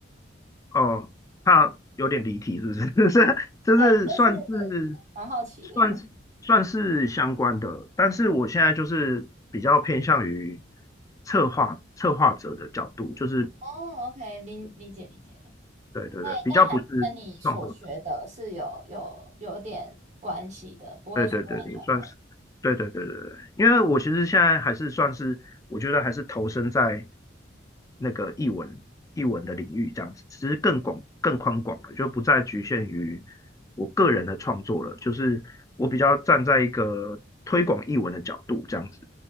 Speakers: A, on the left; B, on the right.
A: 哦，怕有点离题，是不是？<laughs> 这这是算是
B: 对，但是蛮好奇的。
A: 算是算是相关的，但是我现在就是比较偏向于策划策划者的角度，就是
B: 哦，OK，理理解理解，
A: 对对对，
B: 哎但还是跟你所学的是有有有点关系的，
A: 比较不是创作者。
B: 不会说完全好。
A: 对对对，也算是，对对对对对，因为我其实现在还是算是，我觉得还是投身在那个译文译文的领域这样子，其实更广更宽广了，就不再局限于我个人的创作了，就是我比较站在一个推广译文的角度这样子，